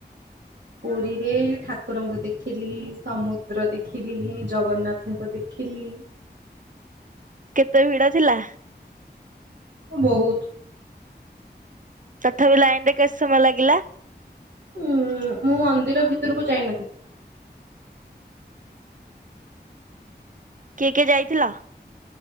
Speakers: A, on the right; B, on the right.
A: ପୁରୀରେ ଠାକୁରଙ୍କୁ ଦେଖିଲି, ସମୁଦ୍ର ଦେଖିଲି, ଜଗନ୍ନାଥଙ୍କୁ ଦେଖିଲି।
B: କେତେ ଭିଡ ଥିଲା?
A: ହଁ, ବହୁତ।
B: ତଥାପି ଲାଇନ୍ ରେ କେତେ ସମୟ ଲାଗିଲା?
A: ଉଁ, ମୁଁ ମନ୍ଦିର ଭିତରକୁ ଯାଇନଥିଲି।
B: କିଏ କିଏ ଯାଇ ଥିଲା।